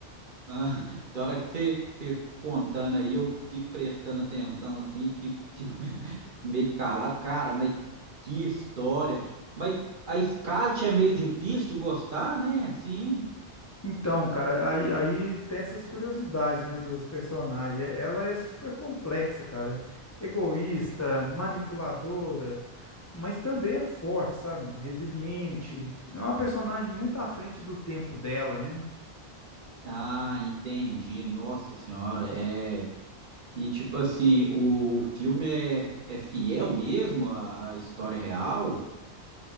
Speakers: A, on the right; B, on the left.
A: Ah, <laughs> da hora que você, que você contando aí, eu fico prestando atenção assim, fico, fico <laughs> meio calado. Cara, mas que história. Mas a Scarlett é meio difícil de gostar, né? Sim.
B: Então, cara, aí, aí tem essas curiosidades, né, dos personagens. É- Ela é super complexa, cara. Egoísta, manipuladora, mas também é forte, sabe? Resiliente. É uma personagem muito à frente do tempo dela, né?
A: Ah, entendi. Nossa Senhora, é. E tipo assim, o filme é, é fiel mesmo à, à história real?